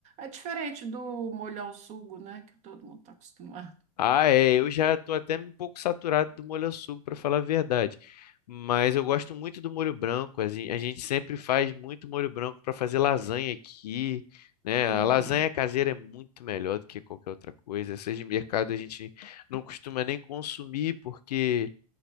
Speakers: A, on the right (about 35°); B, on the left (about 80°).
A: é diferente do molhar o sugo, né? Que todo mundo está acostumado.
B: Ah, é, eu já tô até um pouco saturado do molho ao sugo, para falar a verdade. Mas eu gosto muito do molho branco. A gen- a gente sempre faz muito molho branco para fazer lasanha aqui, né?
A: Uhum,
B: A lasanha caseira é muito melhor do que qualquer outra coisa. Essas de mercado a gente não costuma nem consumir, porque